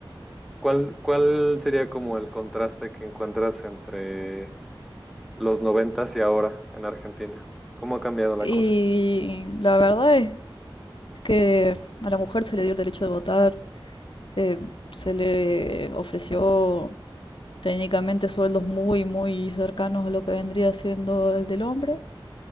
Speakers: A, in the centre; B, on the left.
A: cuál, cuál sería como el contraste que encuentras entre los noventas y ahora en Argentina? ¿Cómo ha cambiado la
B: Y
A: cosa?
B: la verdad es que a la mujer se le dio el derecho de votar, eh, se le ofreció técnicamente sueldos muy, muy cercanos a lo que vendría siendo el del hombre.